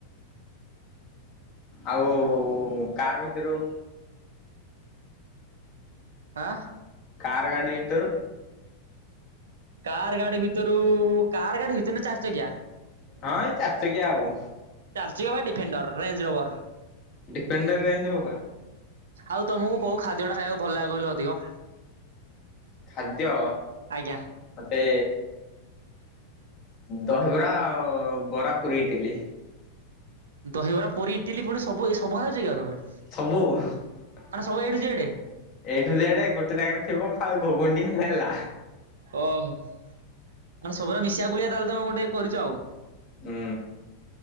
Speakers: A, on the left (about 35°); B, on the right (about 65°).
A: ଆଉ କାର ଭିତୁରୁ?
B: ଆଁ
A: କାର୍ ଗାଡି ଭିତୁରୁ?
B: କାର ଗାଡି ଭିତୁରୁ କାର ଗାଡି ଭିତୁରୁ ନା ଚାରି ଚକିଆ?
A: ହଁ ଏଇ ଚାରି ଚକିଆ ଆଉ।
B: ଚାରି ଚକିଆ ବା Defender Range Rover.
A: Defender Range Rover.
B: ଆଉ ତମକୁ କୋଉ ଖାଦ୍ୟଟା ଖାଇବାକୁ ଭଲ ଲାଗେ କହିଲ ଅଧିକ?
A: ଖାଦ୍ୟ
B: ଆଜ୍ଞା।
A: ମତେ ଦହିବରା ଆଉ ବରା, ପୁରି, ଇଟିଲି।
B: ଦହିବରା ପୁରି ଇଟିଲି ପୁଣି ସବୁ ସଭା ଅଛି କି ଆଉ ତମେ?
A: ସବୁ <unintelligible>
B: ମାନେ ସବୁ ଏଇଠୁ ଜେଡ୍
A: ଏଠୁ ଯେଡେ ଗୋଟେ ଜାଗାରେ ଥିବ ଖାଲି ଘୁଗୁନି ଟିକେ ହେଲେ ହେଲା।
B: ଓହୋ ମାନେ ସବୁୁରା ମିଶାଗୋଳିଆ ତାହେଲେ ତମେ ଗୋଟେ କରିଛ ଆଉ।
A: ହୁଁ